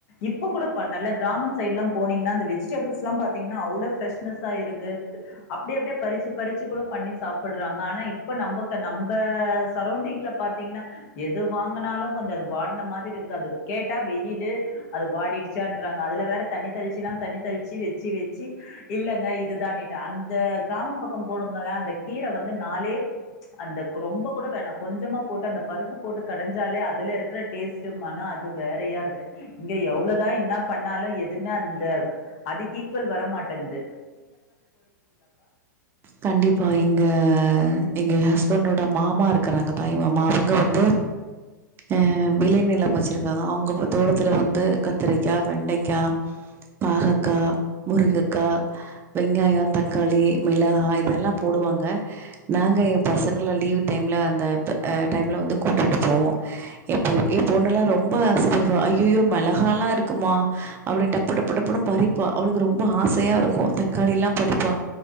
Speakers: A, on the left (about 50°); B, on the right (about 20°).
A: இப்ப கூட நல்ல கிராமம் சைட்லலா போனீங்கன்னா அந்த வெஜிடேபிள்ஸ்லா பாத்திங்கன்னா அவ்ளோ ஃப்ரெஷ்னஸ்ஸா இருக்கு அப்டியப்டியே பறிச்சி பறிச்சிக்கூட பண்ணி சாப்புட்றாங்க ஆனா இப்ப நம்பக்கு நம்ப சரவுண்டுங்ல பாத்திங்கன்னா எது வாங்கினாலு கொஞ்ச அது வாட்ன மாதிரி இருக்காது கேட்டா வெயில்லு அது வாடிடுச்சான்றாங்க அதுல வேற தண்ணி தெளிச்சில்லா தண்ணி தெளிச்சி வெச்சி வெச்சி இல்லங்க இதுதானிட்டா அந்த கிராமம் பக்க போருங்கள அந்த கீர வந்து நாலே அந்த ரொம்பக்கூட வேணா கொஞ்சமா போட்டு அந்த பருப்பு போட்டு கடைஞ்சாலே அது இதுல இருக்கிற டேஸ்ட்டு மண அது வேறையாருக்கு இங்க எவ்ளோ தா என்னா பண்ணாலு எது எதுமே அந்த அதுக் ஈக்குவல் வரமாட்டந்து
B: கண்டிப்பா எங்க எங்க ஹஸ் பண்டோட மாமா இருக்கறாங்க தாய் மாமா அவங்க வந்து அ விளைநிலம் வச்சிருக்காங்க அவங்க தோட்டத்துல வந்து கத்திரக்கா வெண்டைக்கா பாஹக்கா முருங்கக்கா வெங்காய தக்காளி மிளகா இதெல்லா போடுவாங்க நாங்க எ பசங்கள லீவ் டைம்ல ஆ அந்த டைம்ல் வந்து கூட்டிட்டு போவோ எ பை எ பொண்ணுலா ரொம்ப ஆசப்படுவா அய்யய்யோ மெளகாலா இருக்குமா அப்டின்னு டப்பு டப்பு டப்புன்னு பறிப்பா அவளுக்கு ரொம்ப ஆசையாருக்கு த க்காளிலா பறிப்பா